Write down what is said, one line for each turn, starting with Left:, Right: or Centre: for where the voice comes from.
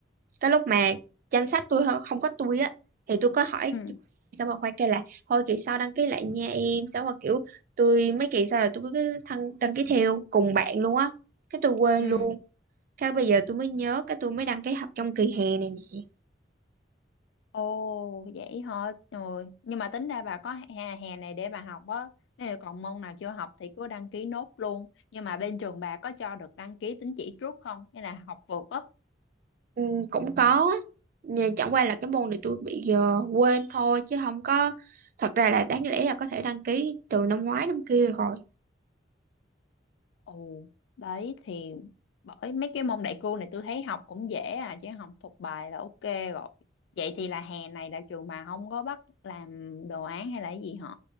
Right: cái lúc mà chăm sách tôi hơ- không có tôi á thì tôi có hỏi
Left: Ừ.
Right: sao mà khoai kêu là thôi kỳ sau đăng ký lại nha em sao mà kiểu tôi mấy kỳ sau là tôi cứ thân đăng ký theo cùng bạn luôn á cái tôi quên
Left: Ừ.
Right: luôn cái bây giờ tôi mới nhớ cái tôi mới đăng ký học trong kỳ hè này nè
Left: Ồ, vậy hả? Rồi. Nhưng mà tính ra bà có hè, hè này để bà học á. Nếu còn môn nào chưa học thì cứ đăng ký nốt luôn. Nhưng mà bên trường bà có cho được đăng ký tín chỉ trước không? Hay là học vượt á?
Right: ừ, cũng có á nhưng chẳng qua là cái môn này tôi bị giờ quên thôi chứ không có thật ra là đáng lẽ là có thể đăng ký từ năm ngoái năm kia rồi
Left: Ồ, đấy thì bởi mấy cái môn đại cương này tôi thấy học cũng dễ à chứ học thuộc bài là ok rồi. Vậy thì là hè này là trường bà không có bắt làm đồ án hay là cái gì hả?